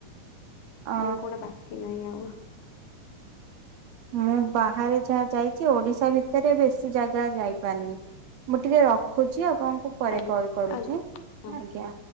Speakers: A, on the right; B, on the left.
A: ଅ
B: ମାନେ କୋଉଟା ବାକି ନାହିଁ ଆଉ।
A: ମୁଁ ବାହାରେ ଯାହା ଯାଇଛି ଓଡିଶା ଭିତରେ ବେଶୀ ଜାଗା ଯାଇପାରୁନି ମୁଁ ଟିକେ ରଖୁଛି ଆପଣ ମୁ ପରେ
B: ଆଜ୍ଞା
A: କଲ୍ କରୁଛି
B: ଆଜ୍ଞା ହଁ।
A: ଆଜ୍ଞା।